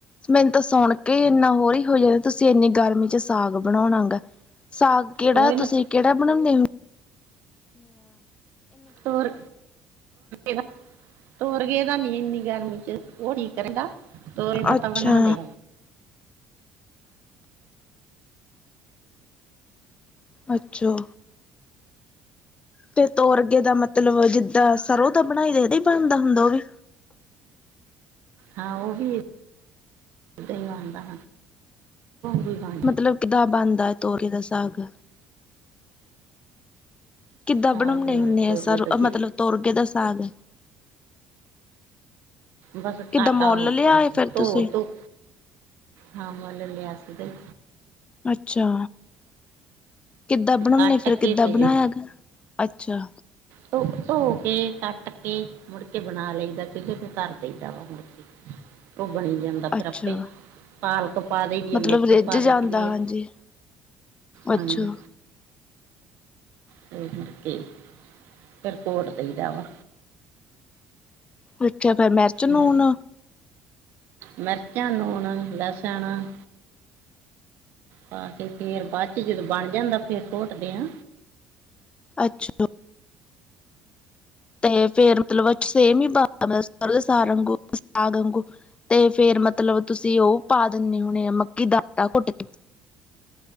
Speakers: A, on the left; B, on the right.
A: ਮੈਨੂੰ ਤਾਂ ਸੁਣ ਕੇ ਇੰਨਾ ਹੋਰ ਹੀ ਹੋ ਜਾਂਦਾ ਤੁਸੀਂ ਇੰਨੀ ਗਰਮੀ ਚ ਸਾਗ ਬਣਾਉਣਾ ਗਾ। ਸਾਗ ਕਿਹੜਾ
B: ਕੋਈ ਨਾ
A: ਤੁਸੀਂ ਕਿਹੜਾ ਬਣਾਉਦੇ ਹੋ?
B: ਹੋਰ ਗ ਤੋੁਰ ਗਏ ਤਾਂ ਨੀ ਇੰਨੀ ਗਰਮੀ ਚ, ਉਹ ਠੀਕ ਰਹਿੰਦਾ। ਤ ਇਹਦਾ
A: ਅੱਛਾ
B: ਤਾਂ ਬਣਾ ਲੈ।
A: ਅੱੱਚਾ। ਤੇ ਤੋਰਗੇ ਦਾ ਮਤਲਬ ਜਿੱਦਾਂ ਸਰ੍ਹੋਂ ਦਾ ਬਣਾਈ ਦੇ, ਇਹਦਾ ਹੀ ਬਣਦਾ ਹੁੰਦਾ ਉਹ ਵੀ।
B: ਹਾਂ ਉਹ ਵੀ, ਵੀਦਾਂ ਹੀ ਬਣਦਾ ਵੀਣਦਾ।
A: ਮਤਲਬ ਕਿੱਦਾਂ ਬਣਦਾ ਤੋਰੇ ਦਾ ਸਾਗ? ਕਿੱਦਾਂ
B: ਸਾਗ
A: ਬਣਾਉਣੇ ਹੁੰਦੇ
B: ਤੋਰੀਏ
A: ਆ ਸਰੋ
B: ਦਾ ਜੇ
A: ਮਤਲਬ ਤੋਰਗੇ ਦਾ ਸਾਗ?
B: ਬਸ
A: ਕਿੱਦਾਂ
B: ਕਾਟਾ
A: ਮੁੱਲ
B: ਹੋਗਾ
A: ਲਿਆਏ ਫਿਰ
B: ਧੋ
A: ਤੁਸੀਂ
B: ਧੂੰ। ਹਾਂ ਮੁੱਲ ਲਿਆ ਸੀਗਾ ਜੀ।
A: ਅੱਛਾ, ਕਿੱਦਾਂ ਬਣਾਉਣੇ
B: ਕੱਟ
A: ਫਿਰ ਕਿੱਦਾਂ
B: ਕੇ ਤੇ
A: ਬਣਾਇਆ ਗ? ਅੱਛਾ।
B: ਧ ਧੋ ਕੇ ਕੱਟ ਕੇ ਮੁੜਕੇ ਬਣਾ ਲਈਦਾ, ਚੁੱਲ੍ਹੇ ਤੇ ਧਰ ਦੇਈਦਾ ਵਾ ਮੁੜਕੇ। ਉਹ ਬਣੀ ਜਾਂਦਾ
A: ਅੱਛਾ
B: ਫਿਰ ਆਪੇ ਐ। ਪਾਲਕ ਪਾ ਦੇ ਦੀ
A: ਮਤਲਬ
B: ਆ, ਮੇਥੇ
A: ਰਿੱਝ
B: ਪਾ
A: ਜਾਂਦਾ
B: ਦੇਈ ਦੇ
A: ਹਾਂਜੀ
B: ਆ, ਹਾਂਜੀ।
A: ਅੱਛਾ
B: ਫਿਰ ਮੁੜਕੇ, ਫਿਰ ਘੋਟ ਦੇਈਦਾ ਵਾ।
A: ਅੱਛਿਆ ਫਿਰ ਮਿਰਚ ਨੂਨ?
B: ਮਿਰ ਮਿਰਚਾਂ, ਨੂਨ, ਲਸਣ ਪਾ ਕੇ ਫੇਰ ਬਾਅਦ ਚ ਜਦੋਂ ਬਣ ਜਾਂਦਾ ਫੇਰ ਘੋਟਦੇ ਆ।
A: ਅੱਛਾ। ਤੇ ਫੇਰ ਮਤਲਬ ਸੇਮ ਹੀ ਬਣਦਾ, ਸਾਗ ਅੰਗੂ- ਸਾਗ ਅੰਗੂ। ਤੇ ਫੇਰ ਮਤਲਬ ਤੁਸੀਂ ਉਹ ਪਾ ਦਿੰਦੇ ਹੋਣੇ ਆ, ਮੱਕੀ ਦਾ ਆਟਾ ਘੁੱਟਕੇ।